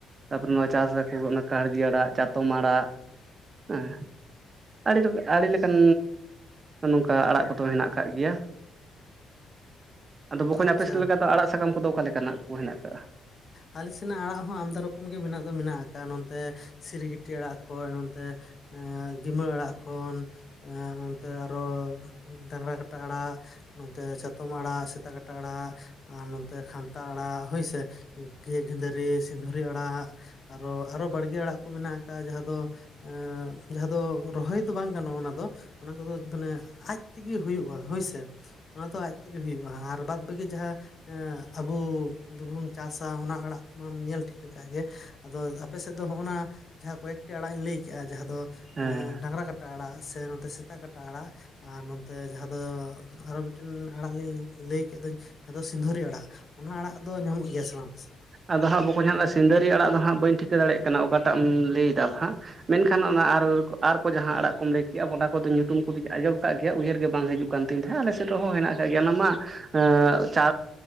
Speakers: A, on the right; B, on the left.
A: ᱛᱟᱯᱚᱨᱮ ᱱᱚᱣᱟ ᱪᱟᱥ ᱟᱠᱚ ᱠᱟᱲᱜᱤ ᱟᱲᱟᱜ ᱪᱟᱛᱚᱢ ᱟᱲᱟᱜ ᱦᱮᱸ᱾ ᱟᱹᱰᱤ ᱟᱹᱰᱤ ᱞᱮᱠᱟᱱ ᱱᱚᱝᱠᱟ ᱟᱲᱟᱜ ᱠᱚᱫᱚ ᱦᱮᱱᱟᱜ ᱠᱟᱜ ᱜᱮᱭᱟ᱾ ᱟᱫᱚ ᱵᱚᱠᱚᱧ
B: ᱟᱪᱪᱷᱟ
A: ᱟᱯᱮ ᱥᱮ ᱞᱮᱠᱟ ᱫᱚ ᱟᱲᱟᱜ ᱥᱟᱠᱟᱢ ᱠᱚ ᱫᱚ ᱚᱠᱟ ᱞᱮᱠᱟᱱᱟᱜ ᱠᱚ ᱦᱮᱸᱱᱟᱜ ᱠᱟᱜ-ᱟ᱾
B: ᱟᱞᱮ ᱥᱮᱱᱟᱜ ᱟᱲᱟᱜ ᱦᱚᱸ ᱟᱢᱫᱟ ᱨᱚᱠᱚᱢ ᱜᱮ ᱢᱮᱱᱟᱜ ᱫᱚ ᱢᱮᱱᱟᱜ ᱠᱟᱜ-ᱟ ᱱᱚᱱᱛᱮ᱾ ᱥᱤᱨᱜᱤᱴᱤ ᱟᱲᱟᱜ ᱠᱚ, ᱱᱚᱛᱮ ᱮ ᱜᱤᱢᱟᱹ ᱟᱲᱟᱜ ᱠᱷᱚᱱ᱾ ᱮ ᱱᱚᱛᱮ ᱟᱨᱚ ᱰᱟᱝᱨᱟ ᱠᱟᱴᱟ ᱟᱲᱟᱜ᱾ ᱱᱚᱛᱮ ᱪᱟᱛᱚᱢ ᱟᱲᱟᱜ, ᱥᱮᱛᱟ ᱠᱟᱴᱟ ᱟᱲᱟᱜ, ᱟᱨ ᱱᱚᱛᱮ ᱠᱷᱟᱱᱛᱟ ᱟᱲᱟᱜ, ᱦᱳᱭ ᱥᱮ᱾ ᱜᱮ-ᱜᱤᱫᱷᱟᱹᱨᱤ, ᱥᱤᱫᱩᱨᱤ ᱟᱲᱟᱜ, ᱟᱨᱚ ᱟᱨᱚ ᱵᱟᱲᱜᱮ ᱟᱲᱟᱜ ᱠᱚ ᱢᱮᱱᱟᱜ ᱟᱠᱟᱫ ᱡᱟᱦᱟᱸ ᱫᱚ᱾ ᱮ ᱡᱟᱦᱟᱸ ᱫᱚ ᱨᱚᱦᱚᱭ ᱫᱚ ᱵᱟᱝ ᱜᱟᱱᱚᱜ-ᱟ ᱚᱱᱟ ᱫᱚ᱾ ᱚᱱᱟ ᱠᱚᱫᱚ ᱢᱟᱱᱮ ᱟᱡ ᱛᱮᱜᱮ ᱦᱩᱭᱩᱜ-ᱟ ᱦᱳᱭ ᱥᱮ᱾ ᱚᱱᱟ ᱫᱚ ᱟᱡ ᱛᱮᱜᱮ ᱦᱩᱭᱩᱜ-ᱟ ᱟᱨ ᱵᱟᱫᱽ ᱵᱟᱹᱠᱤ ᱡᱟᱦᱟᱸ ᱟᱵᱚ ᱫᱚᱵᱩᱱ ᱪᱟᱥᱟ ᱚᱱᱟ ᱟᱲᱟᱜ ᱢᱟᱢ ᱧᱮᱞ ᱴᱷᱤᱠᱟᱹ ᱠᱟᱜ ᱜᱮ ᱟᱫᱚ ᱟᱯᱮᱥᱮᱫ ᱫᱚ ᱦᱚᱜ-ᱱᱟ᱾ ᱡᱟᱦᱟᱸ ᱠᱚᱭᱮᱠᱴᱤ ᱟᱲᱟᱜ ᱤᱧ ᱞᱟᱹᱭ ᱠᱮᱜ-ᱟ ᱡᱟᱦᱟᱸ ᱫᱚ
A: ᱦᱮᱸ
B: ᱰᱟᱝᱨᱟ ᱠᱟᱴᱟ, ᱟᱲᱟᱜ ᱥᱮ ᱱᱚᱛᱮ ᱥᱮᱛᱟ ᱠᱟᱴᱟ ᱟᱲᱟᱜ᱾ ᱟᱨ ᱱᱚᱛᱮ ᱡᱟᱦᱟᱸ ᱫᱚ ᱟᱨᱚ ᱢᱤᱫᱴᱮᱱ ᱟᱲᱟᱜ ᱞᱤᱧ ᱞᱟᱹᱭ ᱠᱮᱫ ᱫᱚᱧ ᱡᱟᱦᱟᱸ ᱫᱚ ᱥᱤᱸᱫᱷᱟᱹᱨᱤ ᱟᱲᱟᱜ᱾ ᱚᱱᱟ ᱟᱲᱟᱜ ᱫᱚ ᱧᱟᱢᱚᱜ ᱜᱮᱭᱟ ᱥᱮ ᱵᱟᱝ ᱟᱯᱮ ᱥᱮᱫ ᱫᱚ᱾
A: ᱟᱫᱚ ᱦᱟᱸᱜ ᱵᱚᱠᱚᱧ ᱡᱟᱦᱱᱟᱜ ᱥᱤᱸᱫᱟᱹᱨᱤ ᱟᱲᱟᱜ ᱫᱚ ᱦᱟᱸᱜ ᱵᱟᱹᱧ ᱴᱷᱤᱠᱟᱹ ᱫᱟᱲᱮᱭᱟᱜ ᱠᱟᱱᱟ ᱚᱠᱟᱴᱟᱜ ᱮᱢ ᱞᱟᱹᱭ ᱮᱫᱟ ᱦᱟᱸᱜ᱾ ᱢᱮᱱᱠᱷᱟᱱ ᱚᱱᱟ ᱟᱨ᱾ ᱟᱨ ᱠᱚ ᱡᱟᱦᱟᱸ ᱟᱲᱟᱜ ᱠᱚᱢ ᱞᱟᱹᱭ ᱠᱮᱫᱮᱜ-ᱟ ᱚᱱᱟ ᱠᱚᱫᱚ ᱧᱩᱛᱩᱢ ᱠᱚᱫᱚᱧ ᱟᱸᱡᱚᱢ ᱠᱟᱜ ᱜᱮᱭᱟ ᱩᱭᱦᱟᱹᱨ ᱜᱮ ᱵᱟᱝ ᱦᱤᱡᱩ ᱠᱟᱱᱟ᱾ ᱟᱹᱛᱤᱧ ᱛᱟᱦᱮᱸ ᱟᱞᱮᱥᱮᱫ ᱨᱮᱦᱚᱸ ᱢᱮᱱᱟᱜ ᱟᱠᱟᱫ ᱜᱮᱭᱟ ᱚᱱᱟ ᱢᱟ᱾ ᱮᱸᱻ ᱪᱟ